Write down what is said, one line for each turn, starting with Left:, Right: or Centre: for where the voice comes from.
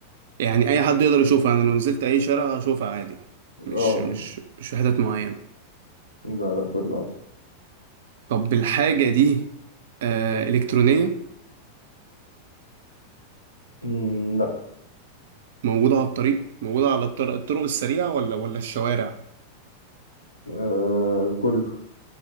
Right: يعني أي حد يقدر يشوفها أنا لو نزلت أي شارع هشوفها عادي مش
Left: اه
Right: مش مش في حتت معينة
Left: لا لا كله عادي
Right: طب الحاجة دي آه إلكترونية
Left: مم، لا
Right: موجودة على الطريق موجودة على الطر- الطرق السريعة ولا ولا الشوارع
Left: آه كله